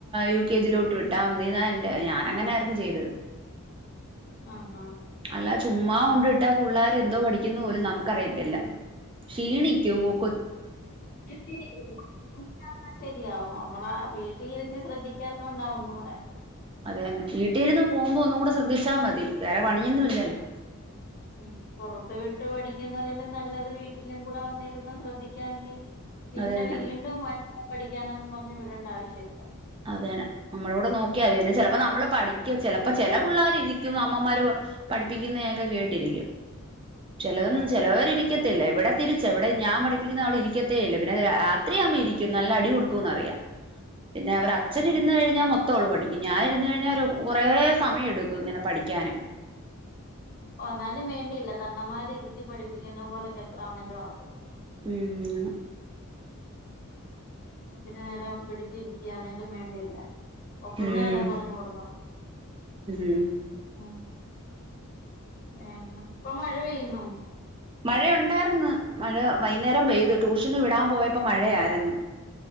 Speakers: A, on the right; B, on the left.
A: യു കെ ജിലോട്ട്
B: ഉം
A: വിട്ടാ മതി ഇതാ എന്റെ ഞാൻ അങ്ങനെ ആയിരുന്നു ചെയ്തത്
B: ആ ആ
A: അല്ല ചുമ്മാ കൊണ്ട് ഇട്ടാ പിള്ളേർ എന്തോ പഠിക്കുന്നു പോലും നമുക്കറിയത്തില്ല
B: ആ,
A: ക്ഷീണിക്കുമോ....
B: <inaudible> ശെരിയാവും നമ്മളാ വീട്ട... വീട്ടിയിരുത്തി ശ്രദ്ധിക്കാത്ത കൊണ്ടാവും ഒന്നൂടെ
A: അതെന്നെ വീട്ടിൽ ഇരുന്ന് പോകുമ്പോൾ ഒന്നും കൂടെ ശ്രദ്ധിച്ചാൽ മതി വേറെ പണിയൊന്നും ഇല്ലല്ലോ
B: ഉംഉം പൊറത്ത് വിട്ട് പഠി... <inaudible> ക്കുന്നതിലും നല്ലത് വീട്ടിലും കൂടെ വന്നിരുന്നു ശ്രദ്ധിക്കാമെങ്കിൽ പിന്നെ
A: അത് തന്നെ
B: വീണ്ടും വൽ..... പഠിക്കാനന്നും പറഞ്ഞു വിടണ്ട ആവശ്യമില്ല
A: അതന്നെ. നമ്മളൂടെ നോക്കിയ മതി ചിലപ്പോ നമ്മള് പഠി- ചെലപ്പോ ചെല പുള്ളാര് ഇരിക്കും അമ്മമാര് പഠിപ്പിക്കുന്നയൊക്കെ കേട്ടിരിക്കും. ചിലതൊന്നും
B: ചിലരിരിക്കത്തില്ല
A: ചെലോര് ഇരി ക്കത്തില്ല ഇവിടെ... തിരിച്ച ഇവിടെ ഞാൻ പഠിപ്പിക്കുന്ന അവള് ഇരിക്കത്തേ ഇല്ല പിന്നെ രാത്രിയാവുപോ ഇരിക്കും നല്ല അടി കൊടുക്കുമെന്നറിയാം പിന്നെ അവർ അച്ഛൻ
B: ആഹ്
A: ഇരുന്ന് കഴിഞ്ഞാൽ മൊത്തം ഓൾ പഠിക്കും ഞാൻ ഇരുന്ന് കഴിഞ്ഞൽ ഒരു കുറേ സമയം എടുക്കും <unintelligible> ഇങ്ങനെ പഠിക്കാനും
B: ഓ എന്നാലും വേണ്ടിയില്ല തള്ളമാര് ഇരുത്തി പഠിപ്പിക്കുന്ന പോലൊക്കെ എത്ര ആന്നേലും ആകത്തില്ല
A: ഉം ന്ന
B: ഇത്തിരി നേരം പിടിച്ചിരുത്തി യന്നേലും വേണ്ടിയില്ല ഒക്കുന്നേ
A: ഉം
B: എല്ലാം പറഞ്ഞ്‌ കൊടുക്കണം.
A: ഉം
B: ഉം.. <unintelligible> ഇപ്പൊ മഴ പെയ്യുന്നോ
A: മഴയ ഉണ്ടായിരുന്നു മഴ വൈകുന്നേരം പെയ്ത്
B: ഉം
A: ട്യൂഷന് വിടാൻ പോയപ്പോ മഴയായിരുന്നു